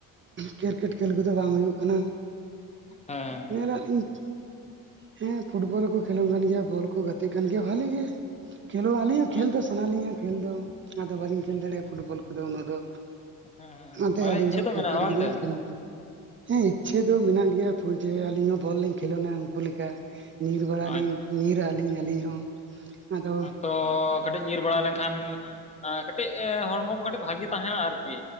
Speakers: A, on the right; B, on the left.
A: ᱠᱮᱨᱠᱮᱴ ᱠᱷᱮᱞ ᱠᱚᱫᱚ ᱵᱟᱝ ᱦᱩᱭᱩᱜ ᱠᱟᱱᱟ᱾
B: ᱦᱮᱸ᱾
A: ᱧᱮᱞᱟ ᱤᱧᱼᱼ ᱦᱮᱸ ᱯᱷᱩᱴᱵᱚᱞ ᱠᱚ ᱠᱷᱮᱞᱳᱱ ᱠᱟᱱ ᱜᱮᱭᱟ ᱵᱚᱞ ᱠᱚ ᱜᱟᱛᱮᱜ ᱠᱟᱱ ᱜᱮᱭᱟ, ᱵᱷᱟᱞᱮ ᱜᱮ ᱠᱷᱮᱞᱳ ᱟᱞᱤᱧ ᱦᱚᱸ
B: ᱦᱮᱸ
A: ᱠᱷᱮᱞ ᱫᱚᱼᱼ ᱥᱟᱱᱟ ᱞᱤᱧᱟ ᱠᱷᱮᱞ ᱫᱚ ᱟᱫᱚ ᱵᱟᱹᱞᱤᱧ ᱠᱷᱮᱞ ᱫᱟᱲᱮᱭᱟᱜᱼᱟ ᱯᱷᱩᱴᱵᱚᱞ ᱠᱚᱫᱚ ᱩᱱᱟᱹᱜ ᱫᱚ᱾
B: ᱦᱮᱸ
A: ᱚᱱᱟᱛᱮ
B: ᱢᱟᱱᱮ
A: ᱟᱹᱞᱤᱧ
B: ᱤᱪᱪᱷᱟᱹ
A: ᱫᱚ ᱠᱤᱨᱠᱮᱴ
B: ᱢᱮᱱᱟᱜᱼᱟ ᱵᱟᱝ
A: ᱜᱮᱞᱤᱧ
B: ᱛᱮ
A: ᱠᱷᱮᱞᱚᱱ ᱛᱟᱦᱮᱸᱱᱟ᱾ ᱦᱮᱸ ᱤᱪᱪᱷᱟᱹ ᱫᱚ ᱢᱮᱱᱟᱜ ᱜᱮᱭᱟ <unintelligible> ᱡᱮ ᱟᱹᱞᱤᱧ ᱦᱚᱸ ᱵᱚᱞ ᱞᱤᱧ ᱠᱷᱮᱞᱳᱱᱟ ᱩᱱᱠᱩ ᱞᱮᱠᱟ᱾ ᱧᱤᱨ ᱵᱟᱲᱟᱞᱤᱧ
B: ᱟᱪᱪᱷᱟ
A: ᱧᱤᱨᱟ ᱞᱤᱧ ᱟᱹᱞᱤᱧ ᱦᱚᱸ ᱟᱫᱚᱼᱼ
B: ᱛᱚ ᱠᱟᱹᱴᱤᱡ ᱧᱤᱨ ᱵᱟᱲᱟ ᱞᱮᱱᱠᱷᱟᱱ, ᱠᱟᱹᱴᱤᱡ ᱦᱚᱲᱢᱚ ᱠᱚ ᱠᱟᱹᱴᱤᱡ ᱵᱷᱟᱹᱜᱤ ᱛᱟᱦᱮᱸᱱᱟ ᱟᱨᱠᱤ᱾